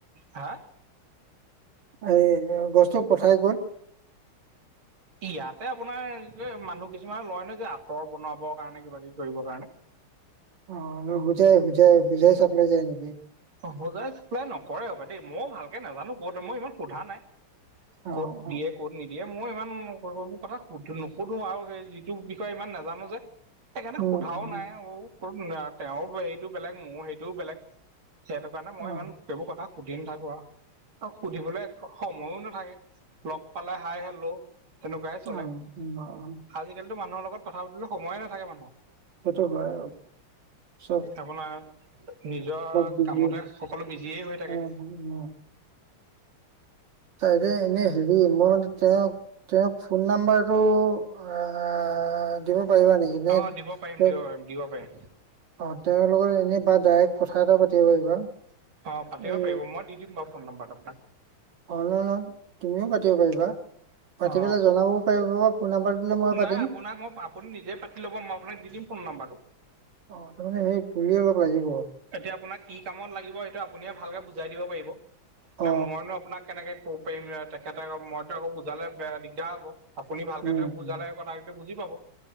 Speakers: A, on the right; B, on the right.
A: <inaudible> হা?
B: এই গছটো পঠাই ক'ত? <unintelligible>
A: ইয়াতে আপোনাৰ কি কয় মানুহ কিছুমানে লয় ন, যে আঁতৰ বনাবৰ কাৰণে, কিবাকিবি কৰিবৰ কাৰণে। <unintelligible>
B: অঁ <unintelligible> হুজাই-হুজাই-হুজাই চাপ্লাই যায় নেকি?
A: অ সোজাই চপ্লাই নকৰে হপাই দেই। ময়ো ভালকে নাজানো কত মই ইমান সোধা নাই। <unintelligible>
B: অ
A: ক'ত দিয়ে
B: অ
A: ক'ত নিদিয়ে? মই ইমান <unintelligible> <unintelligible> সেইবোৰ কথা নোসোধো আৰু সেই যিটো বিষয়ে ইমান নাজানো যে <unintelligible> সেইকাৰণে
B: উম
A: সোধাও
B: উম
A: নাই। অ <unintelligible> তেওঁৰ সেইটো বেলেগ, মোৰ সেইটোও বেলেগ। সেইটো কাৰণে মই
B: অ
A: ইমান সেইবোৰ কথা সুধি নাথাকো আৰু <inaudible> আৰু সুধিবলৈ সময়ো নাথাকে। লগ পালে হাই হেল্লো তেনেকুৱাই চলে।
B: অ অ অ
A: আজিকালিতো মানুহৰ লগত <unintelligible> কথা পাতিবলে সময় নাথাকে মানুহ। <unintelligible>
B: সেইটো হয় আৰু চব
A: <inaudible> আপোনাৰ নিজৰ
B: <unintelligible>
A: কামতে সকলো বিজিয়ে হৈ থাকে।
B: উম-উম <unintelligible> তাই এনেই হেৰি মই মানে তেওঁক <unintelligible> তেওঁক ফোন নাম্বাৰটো আহ <unintelligible> দিব পাৰিবা নেকি? নে
A: অ
B: <unintelligible>
A: দিব পাৰিম দিব পাৰিম দিব পাৰিম
B: অঁ! তেওঁৰ লগত এনেই বা ডাইৰেক্ট কথা এটা পাতিব পাৰিবা? <unintelligible>
A: অঁ! পাতিব
B: এই
A: পাৰিব। মই দি দিম বাৰু ফোন নাম্বাৰটো আপোনাক। <unintelligible>
B: অনলাইনত তুমিও পাতিব পাৰিবা। পাতি
A: অ
B: পেলাই জনাবও পাৰিবা বা ফোন নাম্বাৰ দিলে মই
A: নাই
B: পাতিম
A: আপোনাক মই আপুনি নিজে পাতি ল'ব মই আপোনাক দি দিম ফোন নাম্বাৰটো।
B: অ তাৰ মানে সেই পুলয়ে অলপ লাগিব।
A: এতিয়া আপোনাক কি কামত লাগিব সেইটো আপুনি ভালকে বুজাই দিব পাৰিব এতিয়া
B: অ
A: মইনো আপোনাক। কেনেকে কব পাৰিম তেখেতে আকৌ মইতো আকৌ বুজালে দিগদাৰ হ'ব। আপুনি ভালকে
B: উম
A: তেওঁক বুজালে
B: উম
A: কথাটো বুজি পাব